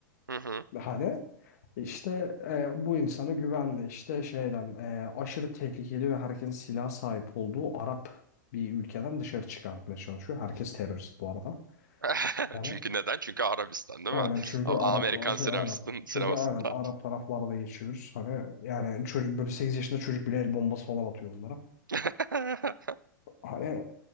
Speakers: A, on the right; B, on the left.
A: hı hı.
B: Hani işte e, bu insana güvenle işte şeyden e, aşırı tehlikeli ve herkesin silah sahip olduğu Arap bir ülkeden dışarı çıkartmaya çalışıyor. Herkes terörist bu arada.
A: <laughs>
B: Hani
A: Çünkü neden? Çünkü Arabistan değil
B: aynen
A: mi?
B: çünkü
A: A-
B: Arap
A: Amerikan
B: çünkü
A: sinemasının-
B: aynen çünkü
A: sinemasında.
B: aynen Arap taraflarda geçiyoruz. Hani yani çocuk böyle 8 yaşında çocuk bile el bombası falan atıyor onlara.
A: <laughs>
B: Hani